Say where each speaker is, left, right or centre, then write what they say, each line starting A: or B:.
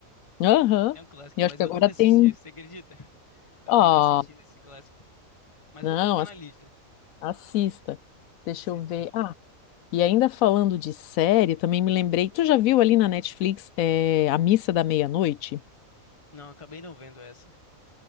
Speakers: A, on the left; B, on the left.
A: Aham.
B: É um clássico,
A: E
B: mas
A: eu acho que
B: eu
A: agora
B: nunca assisti,
A: tem.
B: você acredita? <laughs> Acabei
A: Ó,
B: não assistindo esse clássico. Mas
A: não,
B: vou colocar
A: ass-
B: na lista,
A: assista. Deixa
B: com certeza.
A: eu ver. Ah, e ainda falando de série, também me lembrei. Tu já viu ali na Netflix, eh, A Missa da Meia-Noite?
B: Não, acabei não vendo essa.